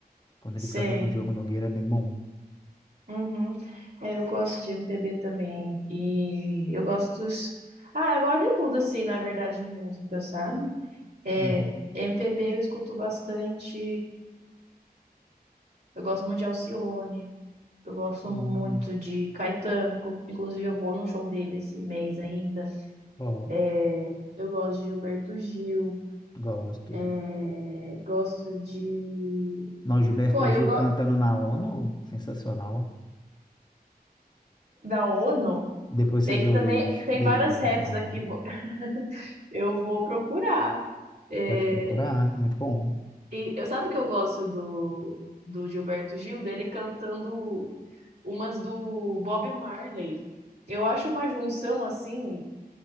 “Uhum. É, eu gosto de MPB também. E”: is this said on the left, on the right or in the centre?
Right